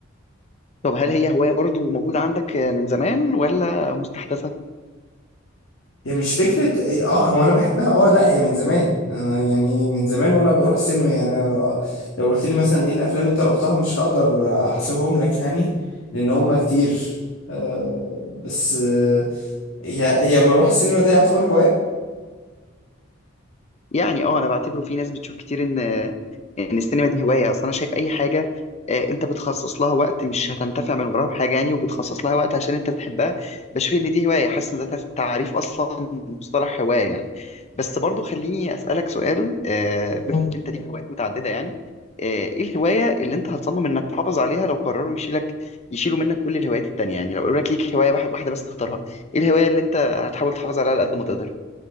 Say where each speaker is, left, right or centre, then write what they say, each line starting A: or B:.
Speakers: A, on the left; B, on the left.
A: طب هل هي هواية برضو موجودة عندك آه، من زمان ولا مستحدثة
B: هي مش فكرة إيه، اه هو انا بحبها اه لا هي من زمان أنا يعني من زمان وانا بروح السينما يعني أنا لو قلت لي مثلا ايه الافلام انت رحتها مش هقدر احصيهم لك يعني لان هما كتير آه بس آه، هي هي ما اروح السينما ده يعتبر هواية
A: يعني اه انا بعتبره في ناس بتشوف كتير ان ان السينما دي هوايه اصل انا شايف اي حاجه آه، انت بتخصص لها وقت مش هتنتفع من وراها بحاجه يعني وبتخصص لها وقت عشان انت بتحبها بشوف ان دي هوايه حاسس ان ده تف- تعريف اصلا مصطلح هوايه يعني بس برضو خليني اسالك سؤال آه، بما ان انت ليك هوايات متعدده يعني آه، ايه الهوايه اللي انت هتصمم انك تحافظ عليها لو قرروا يشيلك يشيلوا منك كل الهوايات التانيه يعني لو قالوا لك ليك هوايه بح- واحده بس تختارها ايه الهوايه اللي انت هتحاول تحافظ عليها على قد ما تقدر